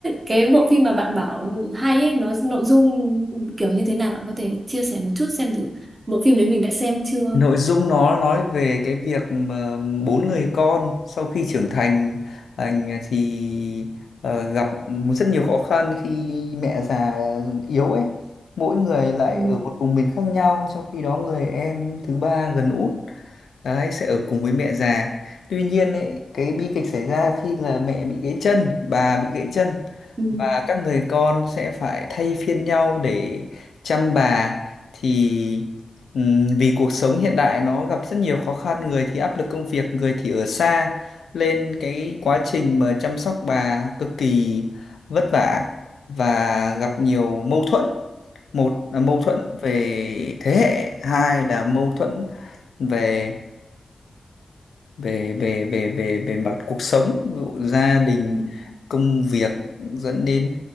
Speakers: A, on the right; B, on the left.
A: cái bộ phim mà bạn bảo hay ấy, nó nội dung kiểu như thế nào bạn có thể chia sẻ một chút xem thử bộ phim đấy mình đã xem chưa?
B: Nội dung nó nói về cái việc mà bốn người con sau khi trưởng thành anh thì ờ, gặp một rất nhiều khó khăn khi mẹ già yếu ấy. Mỗi người lại
A: Ừ.
B: ở một vùng miền khác nhau, trong khi đó người em thứ ba gần út đấy sẽ ở cùng với mẹ già. Tuy nhiên ấy, cái bi kịch xảy ra khi là mẹ bị gãy chân, bà bị gãy chân
A: Ừ.
B: và các người con sẽ phải thay phiên nhau để chăm bà thì ừm, vì cuộc sống hiện đại nó gặp rất nhiều khó khăn người thì áp lực công việc người thì ở xa nên cái quá trình mà chăm sóc bà cực kỳ vất vả và gặp nhiều mâu thuẫn một là mâu thuẫn về thế hệ hai là mâu thuẫn về về về về về về mặt cuộc sống ví dụ gia đình
A: Ừ.
B: công việc dẫn đến